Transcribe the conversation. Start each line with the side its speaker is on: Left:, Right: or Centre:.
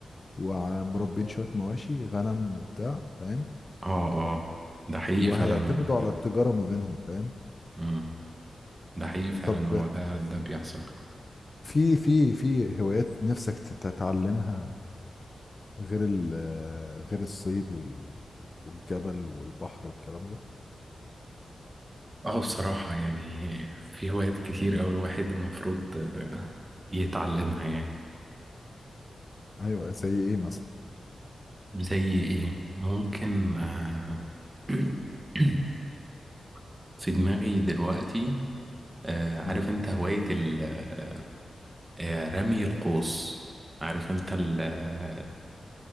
Left: ومربين
Right: آه.
Left: شوية مواشي غنم وبتاع فاهم
Right: اه اه ده حقيقي
Left: وهيعتمدوا
Right: فعلا هم كده
Left: على التجارة ما بينهم فاهم
Right: مم. ده حقيقي فعلا
Left: طب
Right: هو ده ده بيحصل
Left: في في في هوايات نفسك تتعلمها غير ال غير الصيد وال والجبل والبحر والكلام ده
Right: اه بصراحة يعني في هوايات كتير أوي الواحد المفروض آه، يتعلمها يعني
Left: ايوه زي ايه مثلا
Right: زي ايه ممكن آه، <clears throat> في دماغي دلوقتي آه، عارف
Left: امم
Right: انت هواية ال- آه، آه، رمي القوس عارف انت ال- آه،